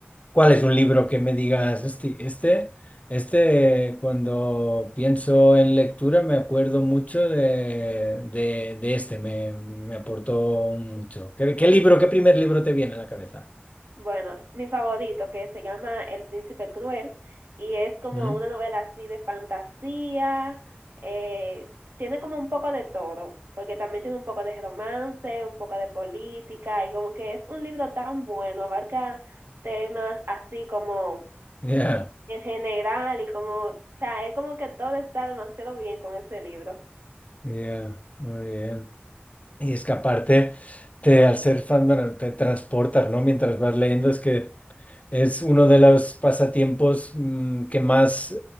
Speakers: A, on the left (about 35°); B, on the right (about 75°).
A: ¿cuál es un libro que me digas, "Hosti, este, este, cuando pienso en lectura me acuerdo mucho de, de, de este, me, me aportó mucho. ¿Qué, qué libro, qué primer libro te viene a la cabeza?
B: Bueno, mi favorito, que se llama El Príncipe Cruel, y es como
A: ¿Mm?
B: una novela así de fantasía, eh, tiene como un poco de todo, porque también tiene un poco de romance, un poco de política, y como que es un libro tan bueno, abarca temas así como
A: Ya,
B: en general, y como, o sea, es como que todo está demasiado bien con ese libro.
A: ya, muy bien. Y es que aparte, te, al ser fan, bueno, te transportas, ¿no? Mientras vas leyendo, es que es uno de los pasatiempos mm, que más,